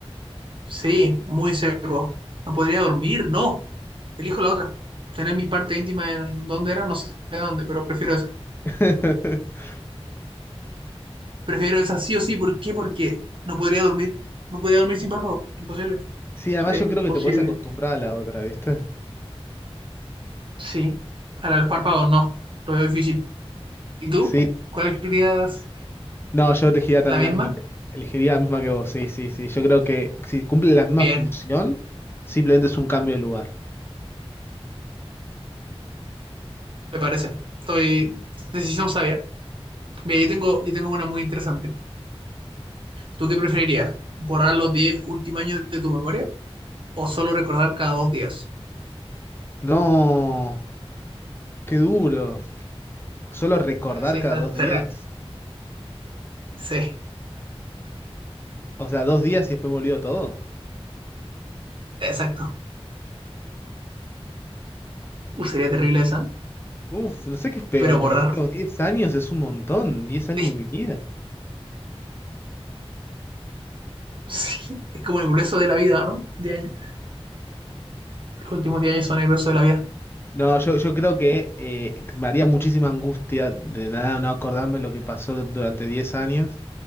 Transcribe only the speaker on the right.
sí, muy seco. No podría dormir, no. Elijo la otra. Tener mi parte íntima en donde era, no sé dónde, pero prefiero esa.
Prefiero esa sí o sí. ¿Por qué? Porque no podría dormir. No podría dormir sin párpado. Imposible.
Sería
imposible.
Sí, a los párpados no, lo veo difícil. ¿Y tú?
¿Cuál escribías?
¿La misma?
Bien,
me parece. Estoy... Decisión sabia. Mira, yo tengo, yo tengo una muy interesante. ¿Tú qué preferirías? ¿Borrar los 10 últimos años de tu memoria o solo recordar cada dos días?
Sí, está
terrible.
Sí,
exacto. Uh, sería terrible esa,
pero
borrar.
Sí,
sí. Es como el grueso de la vida, ¿no? 10 años. Los últimos diez años son el grueso de la vida.